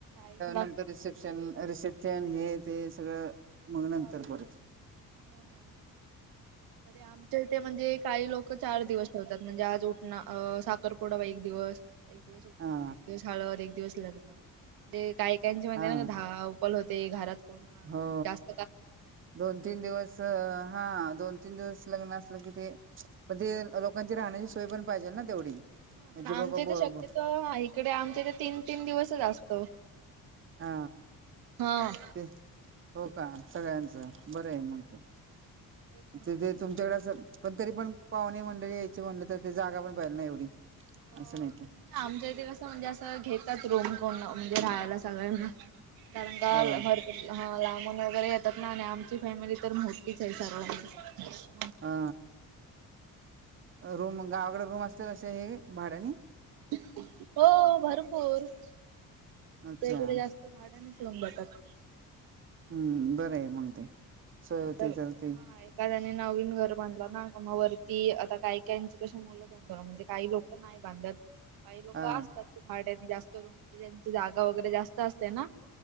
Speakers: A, on the right (about 85°); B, on the right (about 35°).
A: टाईम लागतो
B: नंतर रिसेप्शन अ-रिसेप्शन हे.. ते सगळं मग
A: चालू
B: नंतर परत
A: हो ना तरी आमच्या इथे म्हणजे.. काही लोक चार दिवस ठेवतात म्हणजे आज-उठणा अ-साखरपुडा एक दिवस. एक दिवस उठणा,
B: हा
A: एक दिवस हळद, एक दिवस लग्न म्हणजे कायकायांचे म्हणजे
B: हा
A: धावप- होते घरात कोण अ-जास्त
B: हो दोन तीन दिवस हा दोन तीन दिवस लग्ना कि ते लोकांची राहण्याची सोय पण पाहिजेल ना तेवढी.
A: हा
B: म्हणजे
A: पण आमच्याईथे
B: बाबा ब
A: शक्यतो हा इकडे आमच्याइथे तीन तीन दिवसच असतो.
B: हा
A: हा.
B: ते हो का सगळ्यांचं. बरं आहे मग ते
A: तेच ना
B: तेथे तुमच्याकडे आस पण तरी पण पाहुणे मंडळी यायची म्हणल तर जागा पण पाहिजेल ना एवढी.
A: हो
B: असं नाही
A: तेच
B: का
A: आमच्या इथे कसं म्हणजे असं घेतात. रूम कोण म्हणजे राहायला सगळ्यांना कारण का
B: अ
A: भरपूर हा लांबून वगैरे येतात ना आणि आमची फॅमिली तर मोठीच आहे सर्वांमध्ये.
B: अ रूम गावाकडे रूम असतसे हे भाड्यानी?
A: हो भरपूर आमच्या
B: अच्छा
A: इकडे जास्त भाड न <unintelligible>
B: हम्म बरं आहे मग ते.
A: म्हणजे
B: सोय होती
A: आता
B: तर ती
A: हा एखाद्याने नवीन घर बांधलं ना का म वरती की आता कायकायंची कशी मुलं द म्हणजे काही लोक नाही बांधत काही लोक
B: हा
A: असतात भाड्यानी जास्त रूम ज्यांची जागा वगैरे जास्त असते ना